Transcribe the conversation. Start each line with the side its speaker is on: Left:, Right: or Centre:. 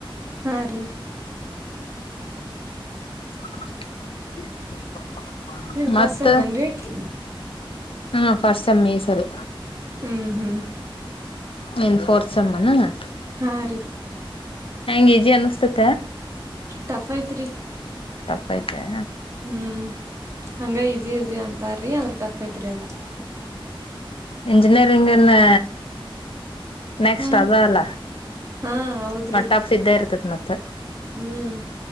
Right: ಹಾ ರೀ.
Left: <inaudible>
Right: ಏನ್ ಫಾಸ್ಸೆಮ್ನೆನ್ರಿ
Left: ಮತ್ತ
Right: ಆಕಿ.
Left: ಹ್ಮ ಫಸ್ಟ್ ಸೆಮ್ ಈಸರು.
Right: ಹ್ಮ್ ಹ್ಮ್.
Left: ನೀನ್ ಫೋರ್ಸೆಮ್ಮೇನಾ.
Right: ಹಾ ರೀ.
Left: ಹಂಗೀಜಿ ಅನ್ನಿಸ್ತ.
Right: ಟಫ್ ಐತ್. ತ್ರಿ
Left: ಟಫ್ಫಾಯ್ತಾ.
Right: ಹ್ಮ್ ಹಂಗ ಈಸಿ ಈಸಿ ಅಂತಾರ್ರೀ ಆದ್ರ ಟಫ್ ಐತ್ರಿ ಅಂತ.
Left: ಇಂಜಿನಿಯರಿಂಗ್ ನ್ನಾ. ನೆಕ್ಸ್ಟ್
Right: ಹಾ
Left: ಅದಾ ಅಲ್ಲ.
Right: ಹಾ ಹೌದ್ರಿ
Left: ಮಟ್ಟಫ್ ಇದ್ದೇ ಇರ್ತತ್ ಮತ್ ತ್
Right: ಹ್ಮ್